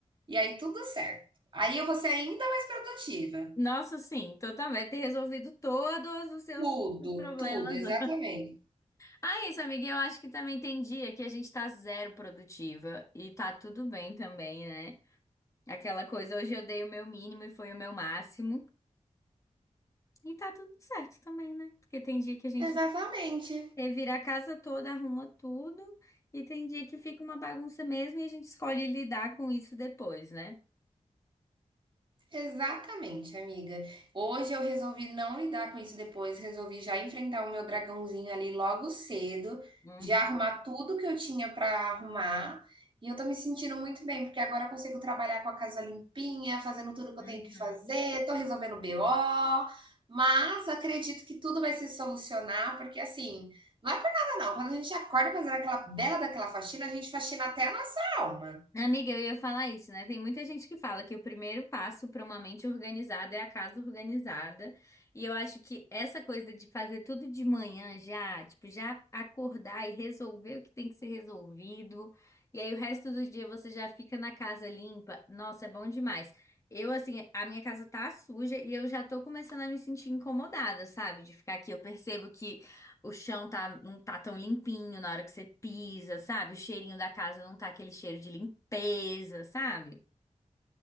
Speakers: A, on the right; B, on the left.
A: E aí tudo certo. Aí eu vou ser ainda mais produtiva.
B: Nossa, sim, então também ter resolvido todos os seus
A: Tudo,
B: problemas.
A: tudo, exatamente.
B: <laughs> Ah, isso, amiga, eu acho que também tem dia que a gente tá zero produtiva e tá tudo bem também, né? Aquela coisa, hoje eu dei o meu mínimo e foi o meu máximo. E tá tudo certo também, né? Porque tem dia que a gente
A: Exatamente.
B: revira a casa toda, arruma tudo, e tem dia que fica uma bagunça mesmo e a gente escolhe lidar com isso depois, né?
A: Exatamente, amiga. Hoje eu resolvi não lidar com isso depois, resolvi já enfrentar o meu dragãozinho ali logo cedo,
B: Uhum,
A: já arrumar tudo que eu tinha para arrumar. E eu tô me sentindo muito bem, porque agora eu consigo trabalhar com a casa limpinha, fazendo tudo que
B: uhum.
A: eu tenho que fazer, tô resolvendo BO, mas acredito que tudo vai se solucionar, porque assim, não é por nada não. Quando a gente acorda fazendo aquela bela daquela faxina, a gente faxina até a nossa alma.
B: Amiga, eu ia falar isso, né? Tem muita gente que fala que o primeiro passo para uma mente organizada é a casa organizada. E eu acho que essa coisa de fazer tudo de manhã já, tipo, já acordar e resolver o que tem que ser resolvido. E aí o resto do dia você já fica na casa limpa. Nossa, é bom demais. Eu, assim, a minha casa tá suja e eu já tô começando a me sentir incomodada, sabe? De ficar aqui. Eu percebo que. O chão tá, não tá tão limpinho na hora que você pisa, sabe? O cheirinho da casa não tá aquele cheiro de limpeza, sabe?